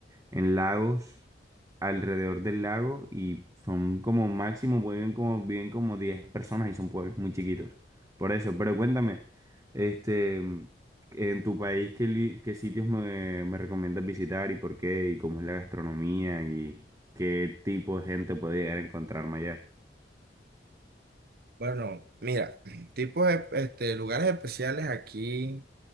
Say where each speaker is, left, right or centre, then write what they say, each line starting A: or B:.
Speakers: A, on the right; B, on the right.
A: en lagos, alrededor del lago, y son como máximo, viven como, viven como 10 personas y son pueblos muy chiquitos. Por eso, pero cuéntame, este, en tu país, ¿qué, li- qué sitios me, me recomiendas visitar y por qué? ¿Y cómo es la gastronomía? ¿Y qué tipo de gente puede llegar a encontrarme allá?
B: Bueno, mira, <clears throat> tipos de este, lugares especiales aquí.